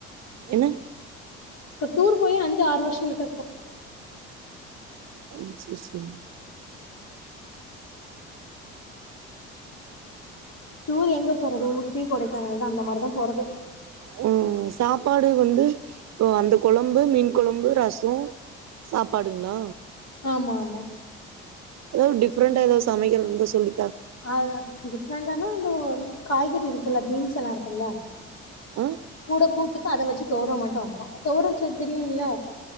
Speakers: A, on the right; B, on the left.
A: என்ன
B: இப்ப டூர் போயி அஞ்சு ஆறு வருஷம் கிட்ட இருக்கும்
A: ம் செரி செரி
B: டூர் எங்க போறது ஊட்டி கொடைக்கானல் தான் அந்த மாதிரிதான் போறது
A: உம் சாப்பாடு வந்து ஓ அந்த குழம்பு மீன் குழம்பு ரசம் சாப்பாடுங்களா
B: ஆமா ஆமா
A: எதாவது டிப்ரெண்டா எதாவது சமைக்கிறது இந்தா சொல்லு
B: ஆ டிஃப்ரெண்டானா வந்து காய்கறி இருக்குல்ல பீன்ஸ் எல்லாம் இருக்கும்ல்ல
A: ஆ
B: கூட கூட்டுக்கு அத வச்சு தொவர மட்டும் வப்போம் தொவர தெரியும்ல